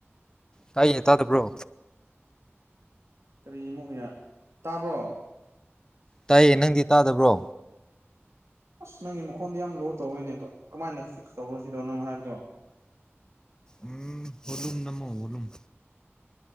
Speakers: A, on the left; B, on the right.
A: ꯇꯥꯌꯦ ꯇꯥꯗꯕ꯭ꯔꯣ
B: ꯀꯔꯤ ꯑꯃꯨꯛ ꯌꯥ ꯇꯥꯕ꯭ꯔꯣ
A: ꯇꯥꯏꯌꯦ ꯅꯪꯗꯤ ꯇꯥꯗꯕ꯭ꯔꯣ
B: ꯑꯁ ꯅꯪꯒꯤ ꯃꯈꯣꯟꯗꯨ ꯌꯥꯝ ꯂꯣ ꯇꯧꯏꯅꯦ ꯀꯃꯥꯏꯅ ꯐꯤꯛꯁ ꯇꯧꯔꯣꯁꯤꯔꯣ ꯅꯪꯅ ꯍꯥꯏꯕꯗꯣ
A: ꯎꯝ ꯕꯣꯂꯨꯝ ꯅꯝꯃꯣ ꯕꯣꯂꯨꯝ